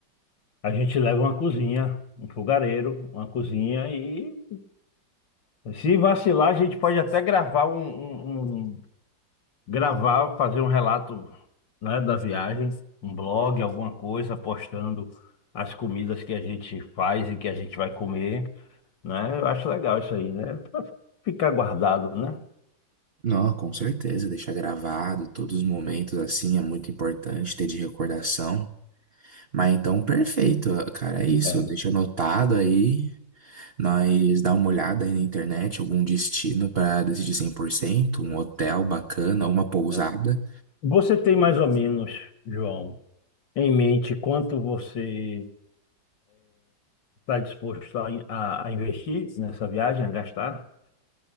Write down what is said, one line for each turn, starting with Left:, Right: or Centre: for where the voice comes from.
Left: A gente leva uma cozinha, um fogareiro, uma cozinha e se vacilar, a gente pode até gravar um, um- um- gravar, fazer um relato, né, da viagem, um blog, alguma coisa, postando as comidas que a gente faz e que a gente vai comer, né? Eu acho legal isso aí, né? Pra ficar guardado, né?
Right: Não, com certeza, deixar gravado todos os momentos assim é muito importante ter de recordação. Mas então, perfeito, cara, é isso.
Left: É.
Right: Deixa anotado aí. Nós
Left: É.
Right: dá uma olhada aí na internet, algum destino para decidir 100% um hotel bacana, uma pousada.
Left: é. Você tem mais ou menos, João, em mente quanto você está disposto a, a- a investir nessa viagem, a gastar?